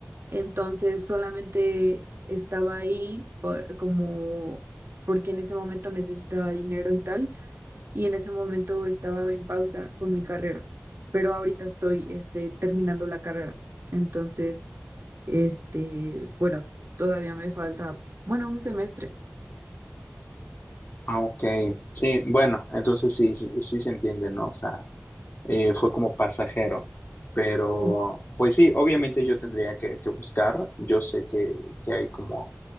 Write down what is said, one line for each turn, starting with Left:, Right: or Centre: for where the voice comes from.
Right: Entonces solamente estaba ahí por- como porque en ese momento necesitaba dinero y tal, y en ese momento estaba en pausa con mi carrera, pero ahorita estoy este, terminando la carrera. Entonces, este, bueno, todavía me falta, bueno, un semestre.
Left: ah, ok, sí, bueno, entonces sí, sí, sí se entiende, ¿no? O sea, eh, fue como pasajero, pero
Right: Sí,
Left: pues sí, obviamente yo tendría que, que buscar, yo sé que, que hay como